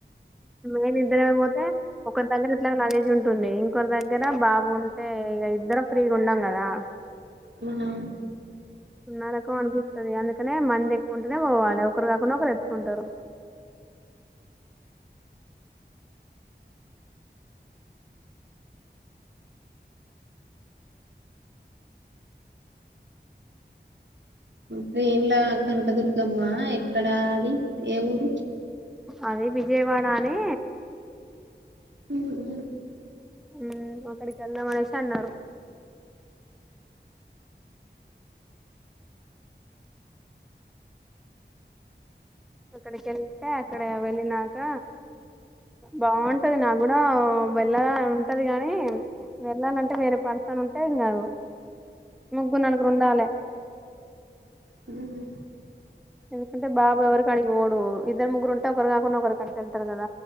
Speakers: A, in the centre; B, on the right.
A: మెయిన్ ఇద్దర అయిపోతే ఒక దగ్గర ఇట్లా నాలెడ్జ్ ఉంటుంది ఒక్కరి దగ్గర బాబుంటే ఇక ఇద్దరం ఫ్రీగా ఉన్నాం కదా
B: అవునవును
A: ఉన్న రకం అనిపిస్తుంది అందుకనే మంది ఎక్కుంటేనే పోవాలి ఒకరు కాకుండా ఒకరు ఎత్తుకుంటారు
B: ట్రైన్ల కనకదుర్గమ్మా ఎక్కడ ఆది ఏ ఊరు
A: అదే విజయవాడనే
B: హ్మ
A: మ్మ్ అక్కడికి వెళ్దామనేసి అన్నారు అక్కడికి వెళ్తే అక్కడ వెళ్ళినాక బాగుంటది నా కూడా వెళ్ళలి అని ఉంటది కాని వెళ్ళాలంటే వేరే పని తను ఉంటేం ఇగ ముగ్గురూ నలుగురు ఉండాలే
B: మ్మ్ హ్మ్
A: ఎందుకంటే బాబు ఎవరికడికి పోడు ఇద్దరు ముగ్గురు ఉంటే ఒకరు కాకుండా ఒకరికి కట్టేస్తారు కథ